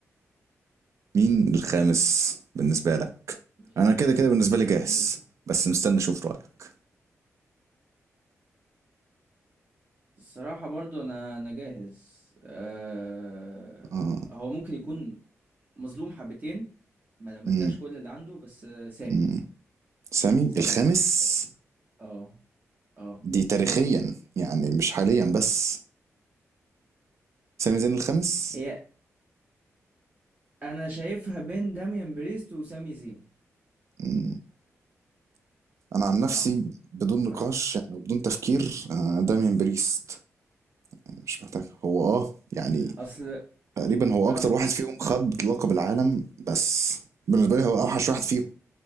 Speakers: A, on the right (about 60°); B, on the right (about 35°).
A: مين الخامس بالنسبة
B: مم.
A: لك
B: مين
A: انا
B: ال...
A: كده كده بالنسبة
B: مين
A: لي
B: الخامس
A: جاهز
B: بال...
A: بس مستني اشوف رأيك
B: الصراحة برضو أنا أنا جاهز آه...
A: اه
B: هو ممكن يكون مظلوم حبتين ما ما
A: مم.
B: اداش كل اللي عنده بس آه، سامي
A: مم. سامي
B: سامي
A: الخامس
B: الصراحة الخامس اه اه
A: دي تاريخيا يعني مش حاليا بس سامي زين الخامس
B: هي انا شايفها بين داميان بريست وسامي زين
A: مم. انا عن
B: الصراحة
A: نفسي بدون
B: الصراحة
A: نقاش يعني وبدون تفكير آه، داميان بريست مش محتاج هو اه يعني
B: اصل
A: تقريبا هو
B: اه
A: اكتر واحد فيهم خد لقب العالم بس بالنسبه لي هو اوحش واحد فيهم